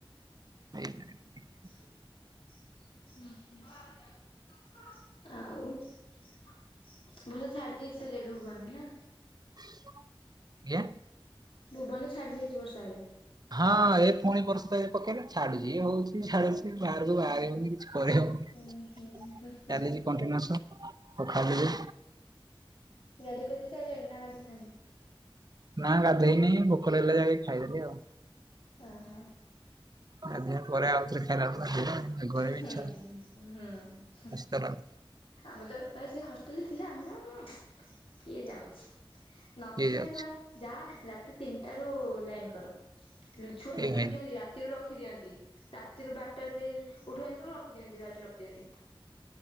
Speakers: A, on the right; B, on the left.
A: ଦେଇପାରିବିନି।
B: <inaudible> ହୁଁ, ହୁଁ, ଆଉ? ଭଲ, ଛାଡି ଯାଇଛି ତାହେଲେ ଏବେ ହବନି ନା?
A: ଆଜ୍ଞା?
B: ଭୁବନ, ଛାଡି ଯାଇଛି ବର୍ଷା ଏବେ।
A: ହଁ ଏ ପୁଣି ବର୍ଷେ ପକେଇଲବେ ଛାଡୁଛି ହଉଛି ଛାଡୁଛି ବାହାରକୁ ବାହାରି ହଉନି। ପରୀକ୍ଷା
B: ଉଁ ହୁଁ। ହୁଁ ହୁଁ
A: ଚାଲିଛି କଣ୍ଟିନେଓଶ, ମୁଁ ଖାଲି ରେ।
B: ଗାଧେଇ ପାଧେଇ ସାଇିଲାଣି ନା ଗାଧୋଇନାହାନ୍ତି?
A: ନା, ଗାଧୋଇ ନେଇ ଭୋକ ଲାଗିଲା ଯାଇକି ଖାଇଦେଲି ଆଉ।
B: ଓ ହୋ।
A: ଗାଧେଇବା ପରେ ଆଉଥରେ ଖାଇଲାବେଳକୁ ଗାଧେଇବା। ଘରେ
B: ହୁଁ
A: ବି ଇଚ୍ଛା
B: ଉ,
A: ହଉନି
B: ହୁଁଉ, ହୁଁ।
A: ଶୀତ ଲାଗୁଛି
B: ଆମେ ତ ରବିବାର ସେ ହଷ୍ଟେଲରେ ଥିଲେ ଆମେ ଆଉ କଣ? କିଏ ଯାଉଛି ନଥିଲେ
A: ହେଇଯାଉଛି
B: ପୁରା ଯା ରାତି ତିନିଟାରୁ ଲାଇନ କର। ଛୁଆ, ରଖିଦିଅନ୍ତି
A: ଏଇ ଭାଇ
B: ରାତିରୁ ରଖିଦିଅନ୍ତି ରାତିରୁ ବାରଟା ରେ ଯାଇ ଉଠାନ୍ତିନି ତ ରଖିଦିଅନ୍ତି ବାଲଲିଟି ରଖିଦିଅନ୍ତି।